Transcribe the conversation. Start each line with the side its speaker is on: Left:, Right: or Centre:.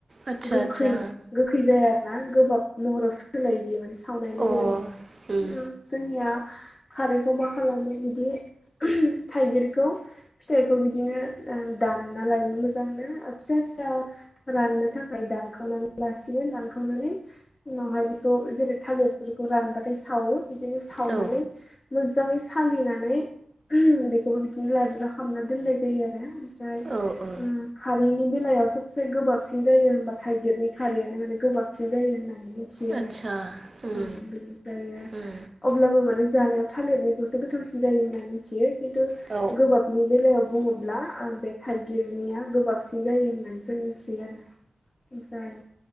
Right: आदसा
Left: गोखै
Right: आदसा
Left: गोखै जाया आरो ना गोबाब महराव सोलायो बियो माने सावनाय लोगो
Right: अ
Left: लोगो
Right: उम
Left: जोंनिया खारैखौ मा खालामो बिदि थाइगिरखौ फिथाइखौ बिदिनो दानना लायो मोजांनो फिसा फिसा राननो थाखाय दानखावनानै लासिगोन दानखावनानै उनावहाय बेखौ जेरै थालिरफोरखौ रानबाथाय सावो बिदिनो सावनानै
Right: औ ओ
Left: मोजाङै सालिनानै बेखौबो बिदिनो लादुरा खालामना दोननाय जायो आरो ओमफ्राय
Right: औ औ
Left: उम खारैनि बेलायाव सबसे गोबाबसिन जायो होनबा थाइगिरनि खारैयानो माने गोबाबसिन जायो होननानै मिथियो
Right: आदसा
Left: आरो।
Right: उम
Left: औ बिनिफ्राय
Right: उम
Left: अब्लाबो माने जानायाव थालिरनिखौसो गोथावसिन जायो होनना मिथियो। खिन्थु
Right: औ
Left: गोबाबनि बेलायाव बुङोब्ला आं बे थाइगिरनिया गोबाबसिन जायो होननानै जों मिथियो आरो। ओमफ्राय